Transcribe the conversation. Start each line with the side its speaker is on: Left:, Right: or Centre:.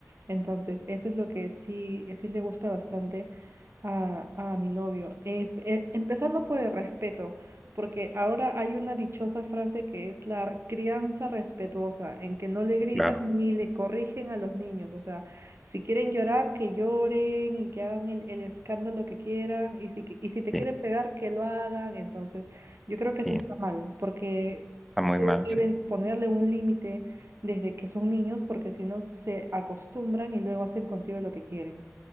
Right: Entonces, eso es lo que sí, sí le gusta bastante a, a mi novio. Es- eh, empezando por el respeto, porque ahora hay una dichosa frase que es la crianza respetuosa, en que no le gritan
Centre: Claro.
Right: ni le corrigen a los niños. O sea, si quieren llorar, que lloren y que hagan el, el escándalo que quieran. Y si, que- y si te
Centre: Sí,
Right: quieren pegar, que lo hagan. Entonces, yo creo que eso
Centre: sí,
Right: está mal, porque
Centre: está
Right: tú
Centre: muy mal,
Right: debes
Centre: sí.
Right: ponerle un límite desde que son niños porque si no se acostumbran y luego hacen contigo lo que quieren.